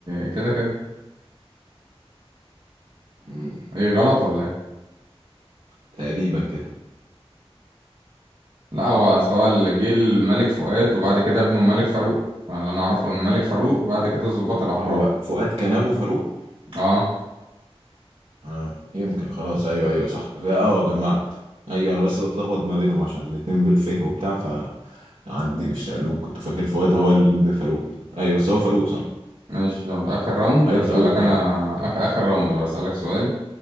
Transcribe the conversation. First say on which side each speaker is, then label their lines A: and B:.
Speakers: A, on the right; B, on the right.
A: كده كده
B: مم.
A: ايه غلط ولا ايه
B: تقريبا كده
A: لا هو اصل هو اللي جه الملك فؤاد وبعد كده ابنه الملك فاروق آه، اللي انا اعرفه ان ملك فاروق بعد كده الضباط الاحرار
B: هو فؤاد كان ابو فاروق
A: اه
B: آه. يمكن خلاص ايوه ايوه صح ف- اه جمعت ايوه انا بس بتلخبط ما بينهم عشان الاتنين بالفه <laughs> وبتاع ف عندي بالشقلوب كنت فاكر فؤاد هو اللي ابن فاروق ايوه بس هو فاروق صح
A: ماشي يلا اخر راوند
B: ملك
A: هسألك
B: فاروق التاني
A: انا اخر اخر راوند بقى اسألك سؤال